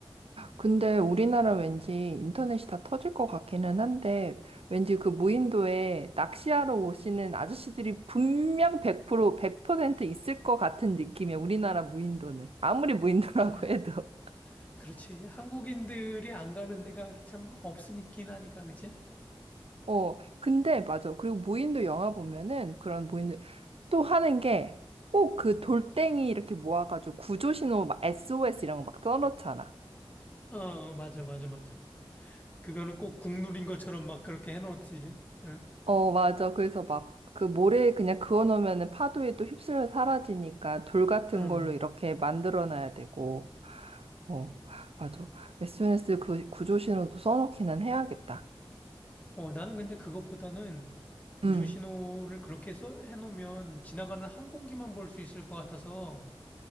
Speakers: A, on the right; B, on the left.
A: 근데 우리나라 왠지 인터넷이 다 터질 것 같기는 한데, 왠지 그 무인도에 낚시하러 오시는 아저씨들이 분명 100%, 100% 있을 것 같은 느낌이야, 우리나라 무인도는. 아무리 무인도라고
B: 아,
A: <laughs> 해도.
B: 그렇지. 한국인들이 안 가는 데가 참 없으니까 하니까, 그치?
A: 어, 근데 맞아. 그리고 무인도 영화 보면은 그런 무인도 또 하는 게 꼭 그 돌덩이 이렇게 모아가지고 구조신호 막 SOS 이런 거 막 써놓잖아.
B: 어, 어, 맞아, 맞아, 맞아. 그거는 꼭 국룰인 것처럼 막 그렇게 해놓지. 응?
A: 어, 맞아. 그래서 막 그 모래에 그냥 그어놓으면 파도에 또 휩쓸려 사라지니까 돌 같은
B: 응.
A: 걸로 이렇게 만들어놔야 되고. 어, 맞아. SNS 그 구조 신호도 써놓기는 해야겠다.
B: 어, 나는 근데 그것보다는 구조
A: 음,
B: 신호를 그렇게 써 해놓으면 지나가는 항공기만 볼 수 있을 것 같아서